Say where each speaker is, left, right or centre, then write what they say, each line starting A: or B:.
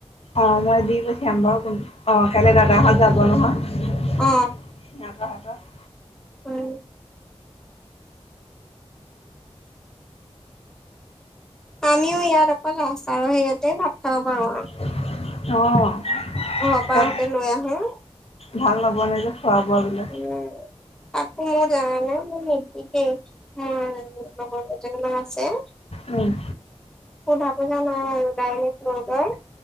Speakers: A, on the left (about 65°); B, in the centre.
A: অ মই দি পঠিয়াম বাৰু কোন, অ' কাইলে দাদাহঁত যাব নহয়।
B: অ
A: সিহঁতৰ হাতত।
B: উম আমিও ইয়াত অকল আচাৰৰ হেৰিয়াতে ভাত খাব পাৰোঁ আও
A: অ
B: ঘৰপা
A: তাত
B: আহোতে লৈ আহো।
A: ভাল নবনে যে, খোৱা বোৱাবিলাক।
B: উম মোৰ জানানে মোৰ নিতিকেই। উম মোৰ লগত দুজনীমান আছে
A: উম
B: সোধা পোচা নাই আৰু ডাইৰেক্ট লৈ গৈ